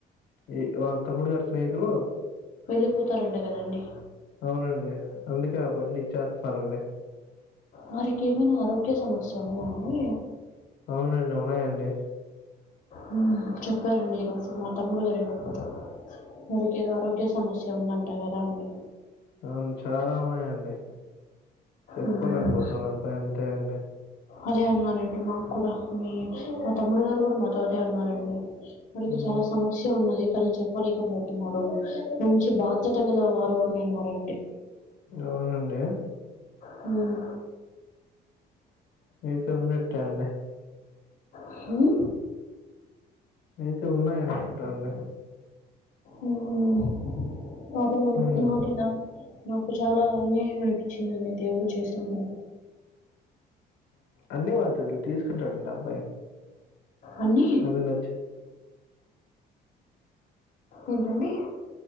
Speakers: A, on the left (about 80°); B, on the left (about 50°).
A: ఏం వాళ్ళ తమ్ముడు గారు స్నేహితులు
B: వెళ్ళిపోతారంట కదండి
A: అవునండి అందుకే అవన్నీ ఇచ్చేస్తున్నారండి
B: వారికి ఏమైనా ఆరోగ్య సమస్య ఉందా అండి
A: అవునండి ఉన్నాయండి
B: మ్మ్ చెప్పారండి ఈరోజు మా తమ్ముడు గారు ఎవరికో చె వారికి ఏదో ఆరోగ్య సమస్య ఉందంటా కదా అండి
A: అవును చాలా ఉన్నాయండి చెప్పుకోలేకపోతున్నా
B: ఉమ్,
A: అబ్బా అంతే అండి
B: అదే అన్నారండి మాకు కూడా మా తమ్ముడు గారు కూడా మాతో అదే అన్నారండి. వాళ్ళకి
A: హ్మ్.
B: చాలా సమయం షో ఉన్నది కానీ చెప్పలేకపోతున్నారు మంచి బాధ్యత గలవారు అని అన్నారండి.
A: అవునండి
B: మ్మ్
A: అయితే ఉన్నట్టే అండి
B: అవును
A: అయితే ఉన్నాయి అనుకుంటా అండి
B: మ్మ్ పాపము
A: హ్మ్.
B: నాకేల నాకు చాలా అన్యాయం అనిపించిందండి దేవుడు చేసిన పని
A: అన్ని బాధ్యతలు తీసుకుంటాడండి అబ్బాయి
B: అన్నీ
A: అది నచ్చి
B: ఏంటండి